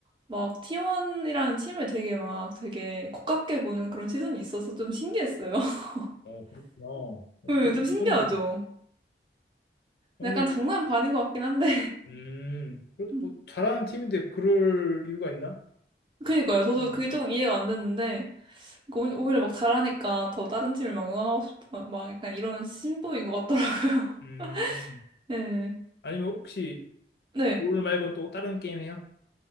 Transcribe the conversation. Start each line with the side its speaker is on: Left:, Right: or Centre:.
Right: 막 T1이라는 팀을 되게 막 되게 고깝게 보는 그런 시선이 있어서 좀 신기했어요. <laughs>
Left: 어 그렇구나. 어, 그것도
Right: 네, 좀 신기하죠.
Left: 처음 듣네. 아니,
Right: 약간 장난 반인 것 같긴 한데.
Left: 음, 그래도
Right: <laughs>
Left: 뭐 잘하는 팀인데 그럴 이유가 있나?
Right: 그니까요. 저도
Left: 있네요.
Right: 그게 조금 이해가 안 됐는데, 그러니까 오히- 오히려 막 잘하니까 더 다른 팀을 막 응원하고 싶다. 막 약간 이런 심보인 것 같더라고요.
Left: 음,
Right: <laughs> 네.
Left: 아니면 혹시
Right: 네.
Left: 롤 말고는 또 다른 게임 해요?